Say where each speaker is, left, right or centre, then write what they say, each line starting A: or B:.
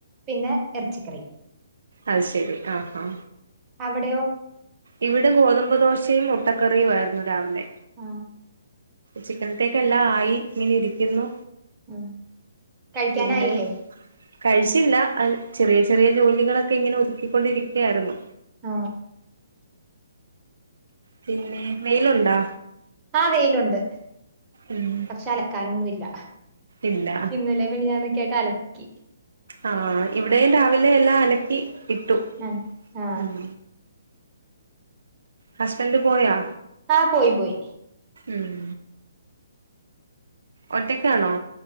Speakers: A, on the right; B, on the right.
A: പിന്നെ ഇറച്ചിക്കറി
B: അത് ശെരി ആ ആ
A: അവിടെയോ
B: ഇവിടെ ഗോതമ്പ് ദോശയും മുട്ടക്കറിയു ആയിരുന്നു രാവിലെ
A: ആ
B: ചിക്കനത്തേക്ക എല്ലാം ആയി ഇങ്ങനെ ഇരിക്കുന്നു
A: ഉ കഴിക്കാനായില്ലേ
B: പിന്നെ കഴിച്ചില്ല അത് ചെറിയ ചെറിയ ജോലികളൊക്കെ ഇങ്ങനെ ഒതുക്കിക്കൊണ്ടിരിക്കയായിരുന്നു
A: ആ
B: പിന്നെ മെയിലുണ്ടോ
A: ആ വെയിലുണ്ട്
B: ഉം
A: പക്ഷെ അലക്കാനൊന്നുംല്ല
B: ഇല്ല
A: ഇന്നലെ മിഞാന്ന് കേട്ട ല കി
B: ആ ഇവിടെയും രാവിലെ എല്ലാം അലക്കി ഇട്ടു
A: ആ ആ
B: ഉം ഹസ്ബന്ഡ് പോയാ
A: ആ പോയി പോയി
B: ഉം ഒറ്റക്കാണോ